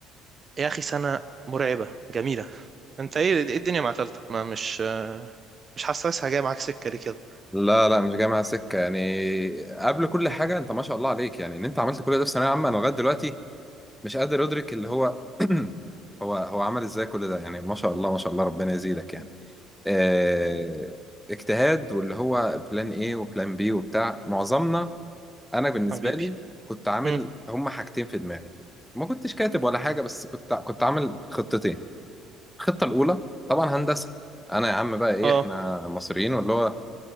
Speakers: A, on the right; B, in the centre.
A: يا أخي سنة مرعبة جميلة انت ايه ايه الدنيا مع تالتة ما مش مش حاسسها جايه معاك سكه ليه كده
B: لا لا مش جاي معايا سكة يعني قبل كل حاجة انت ما شاء الله عليك يعني ان انت عملت كل ده في ثانوية عامة انا لغاية دلوقتي مش قادر ادرك اللي هو <clears throat> هو هو عمل ازاي كل ده يعني ما شاء الله ما شاء الله ربنا يزيدك يعني آه اجتهاد واللي هو بلان ايه وبلان بي وبتاع معظمنا انا بالنسبة
A: حبيبي
B: لي كنت عامل
A: امم
B: هما حاجتين في دماغي ما كنتش كاتب ولا حاجة بس كنت كنت عامل خطتين الخطة الأولى طبعا هندسة أنا يا عم بقى إيه
A: اه
B: إحنا مصريين واللي هو